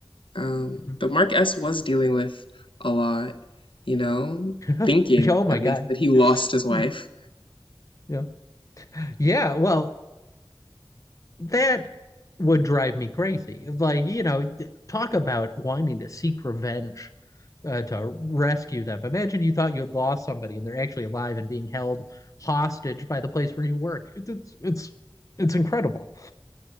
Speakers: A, on the left; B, on the left.
A: Um,
B: Mhm.
A: but Mark S was dealing with a lot, you know,
B: <laughs>
A: thinking
B: Oh my
A: at
B: God.
A: least that he lost his wife.
B: Hmm, Yeah. Yeah. Well, that would drive me crazy. Like, you know, talk about wanting to seek revenge uh, to rescue them. Imagine you thought you had lost somebody and they're actually alive and being held hostage by the place where you work. It's it's it's, it's incredible.